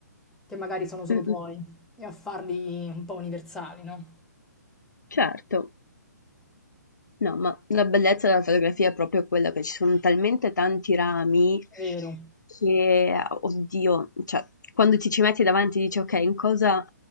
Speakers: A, in the centre; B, on the left.
A: che magari sono solo
B: Mm,
A: tuoi
B: mm,
A: e a farli un po' universali, no?
B: Certo. No, ma la bellezza della fotografia è proprio quella che ci sono talmente tanti rami
A: Vero,
B: che, oddio, cioè, quando ti ci metti davanti e dici, ok, in cosa